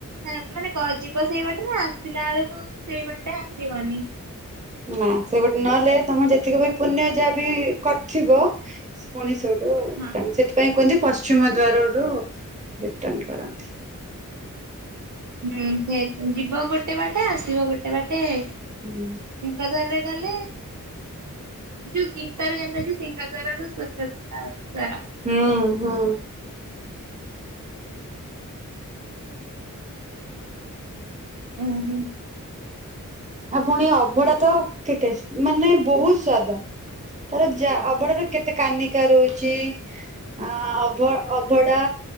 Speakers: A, on the right; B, on the right.
A: ହଁ ମାନେ ଗଜିବ ସେଇ ବାଟରେ ଆସିଲା ବେଳକୁ ସେଇ ବାଟେ ଆସିବନି।
B: ନା ସେ ଗୋଟେ ନହେଲେ ତମେ ଯେତିକି ବି ପୁଣ୍ୟ ଯାହା ବି କରିଥିବ। ପୁଣିଶଟୁେ
A: ହଁ
B: ସେଥିପାଇଁ କନ୍ତି ପଶ୍ଚିମ ଦ୍ୱାର ରୁ ରିଟର୍ଣ କରନ୍ତି।
A: ହୁଁ ସେ ଯିବ ଗୋଟେ ବାଟେ ଆସିବ ଗୋଟେ ବାଟେ ସିଙ୍ଗ
B: ହୁଁ।
A: ଦ୍ୱରରେ ତାହଲେ ଯୋଉ ଗୀତାର ଯେମିତି ଅଛି ସିଂହଦ୍ୱାର ରୁ ସ୍ୱର୍ଗଦ୍ୱାର।
B: ହୁଁ, ହଁ।
A: ଓ ହୋ।
B: ଆଉ ପୁଣି ଅଭଡା ତ କେତେ ମାନେ ବହୁତ ସ୍ଵାଦ। ତାର ଯା ଅବଡ ର କେତେ କାନିକା ରହୁଛି। ଚି ଆ ଅଭ ଅଭଡା।